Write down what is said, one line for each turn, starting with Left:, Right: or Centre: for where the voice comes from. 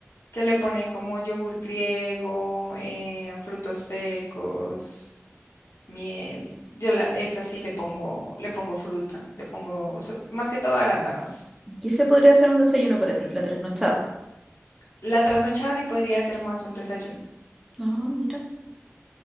Left: que le ponen como yogur griego, eh, frutos secos, miel. Yo la, esa sí le pongo, le pongo fruta, le pongo so- más que todo arándanos.
Centre: Y ese podría ser un desayuno para ti, la trasnochada.
Left: La trasnochada sí podría ser más un desayuno.
Centre: Ah, mira.